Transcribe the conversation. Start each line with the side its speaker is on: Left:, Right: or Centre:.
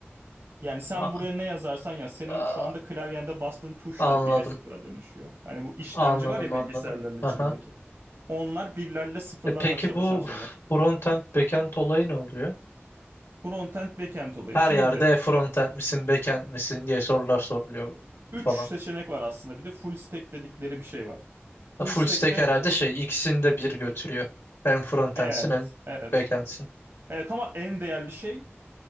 Right: Yani sen
Left: A-
Right: buraya ne yazarsan yaz senin
Left: a-
Right: şu anda klavyende bastığın tuş
Left: anladım.
Right: da 1'e sıfıra dönüşüyor. Hani bu işlemci
Left: Anladım
Right: var ya
Left: anladım.
Right: bilgisayarların içindeki.
Left: Aha.
Right: Onlar birlerle sıfırlarla
Left: E, peki
Right: çalışan
Left: bu
Right: şeyler.
Left: frontend backend olayı ne oluyor?
Right: Frontend, backend olayı.
Left: Her
Right: Şimdi
Left: yerde frontend misin backend misin diye sorular soruluyor
Right: 3
Left: falan.
Right: seçenek var aslında. Bir de full stack dedikleri bir şey var.
Left: Ha,
Right: Full
Left: Full
Right: stack'te
Left: stack herhalde şey ikisini de bir götürüyor. Hem frontendsin
Right: Evet,
Left: hem
Right: evet.
Left: backendsin.
Right: Evet ama en değerli şey